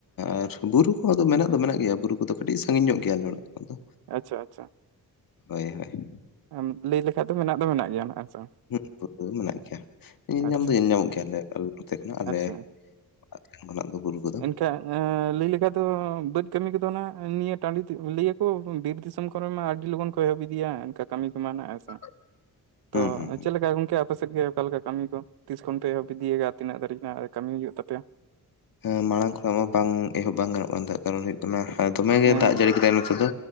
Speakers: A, on the left; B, on the right.
A: ᱟᱨ ᱵᱩᱨᱩ ᱠᱚᱦᱚ ᱫᱚ ᱢᱮᱱᱟᱜ ᱫᱚ ᱢᱮᱱᱟᱜ ᱜᱮᱭᱟ ᱵᱩᱨᱩ ᱠᱚᱫᱚ ᱠᱟᱹᱴᱤᱡ ᱥᱟᱺᱜᱤᱧ ᱧᱚᱜ ᱜᱮᱭᱟ ᱟᱞᱮ ᱚᱲᱟᱜ ᱠᱷᱚᱱᱟᱜ ᱫᱚ᱾
B: ᱟᱪᱪᱷᱟ ᱟᱪᱪᱷᱟ
A: ᱦᱳᱭ ᱦᱳᱭ
B: ᱮᱢ ᱞᱟᱹᱭ ᱞᱮᱠᱷᱟᱡ ᱫᱚ ᱢᱮᱱᱟᱜ ᱫᱚ ᱢᱮᱱᱟᱜ ᱜᱮᱭᱟ ᱱᱦᱟᱸᱜ ᱥᱮ
A: ᱦᱩᱸ ᱫᱚ ᱢᱮᱱᱟᱜ ᱜᱮᱭᱟ᱾ ᱧᱮᱞ ᱧᱟᱢ
B: ᱟᱪᱪᱷᱟ
A: ᱫᱚ ᱧᱮᱞ ᱧᱟᱢᱚᱜ ᱜᱮᱭᱟ ᱟᱞᱮ ᱱᱚᱛᱮ ᱠᱷᱚᱱᱟᱜ ᱟᱞᱮ
B: ᱟᱪᱪᱷᱟ
A: ᱚᱲᱟᱜ ᱠᱷᱚᱱᱟᱜ ᱫᱚ ᱵᱩᱨᱩ ᱠᱚᱫᱚ᱾
B: ᱠᱟ ᱮᱸ ᱞᱟᱹᱭ ᱞᱮᱠᱷᱟᱡ ᱫᱚ ᱵᱟᱹᱫᱽ ᱠᱟᱹᱢᱤ ᱠᱚᱫᱚ ᱱᱦᱟᱸᱜ ᱱᱤᱭᱟᱹ ᱴᱟᱺᱰᱤ ᱞᱟᱹᱭᱟ ᱠᱚ ᱵᱤᱨ ᱫᱤᱥᱚᱢ ᱠᱚ ᱠᱚᱨᱮ ᱢᱟ ᱟᱹᱰᱤ ᱞᱚᱜᱚᱱ ᱠᱚ ᱮᱦᱚᱵ ᱤᱫᱤᱭᱟ ᱠᱟᱹᱢᱤ ᱠᱚᱢᱟ ᱱᱦᱟᱜ
A: <inaudible>
B: ᱛᱚ
A: ᱦᱩᱸ ᱦᱩᱸ ᱦᱩᱸ
B: ᱪᱮᱫ ᱞᱮᱠᱟ ᱜᱚᱝᱠᱮ ᱟᱯᱮ ᱥᱮᱫ ᱜᱮ ᱚᱠᱟ ᱞᱮᱠᱟ? ᱠᱟᱹᱢᱤ ᱠᱚ ᱛᱤᱥ ᱠᱷᱚᱱ ᱯᱮ ᱮᱦᱚᱵ ᱤᱫᱤᱭᱟ ᱠᱟᱜ-ᱟ ᱛᱤᱱᱟᱹᱜ ᱫᱟᱹᱨᱤᱡ ᱱᱦᱟᱜ ᱠᱟᱹᱢᱤ ᱦᱩᱭᱩᱜ ᱛᱟᱯᱮᱭᱟ?
A: ᱦᱮᱸ ᱢᱟᱲᱟᱝ ᱠᱷᱚᱱᱟᱜ ᱢᱟ ᱵᱟᱝ ᱮᱦᱚᱵ ᱵᱟᱝ ᱜᱟᱱᱚᱜ ᱠᱟᱱ ᱛᱮ ᱠᱟᱨᱚᱱ ᱦᱩᱭᱩᱜ ᱠᱟᱱᱟ ᱫᱚᱢᱮ ᱜᱮᱭ
B: ᱦᱮᱸ
A: ᱫᱟᱜ
B: ᱦᱮᱸ
A: ᱡᱟᱹᱲᱤ ᱠᱮᱫᱟᱭ ᱱᱚᱛᱮ ᱫᱚ